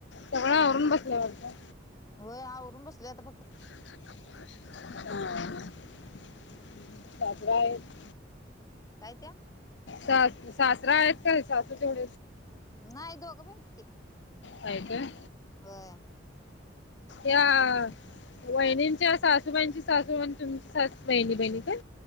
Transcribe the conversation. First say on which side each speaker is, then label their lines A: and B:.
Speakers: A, on the left; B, on the left.
A: सगळ आवरून बसलोय बघा
B: होयवरून बसले प
A: हा सातरा आहे
B: काय त्या
A: स सासरा आहेत का सासरा थवढ
B: नाही दोघ पण
A: काय काय
B: होय
A: या वहिणींच्या सासूबाईंची सासूबाई तुमची बहिणी बहिणी तर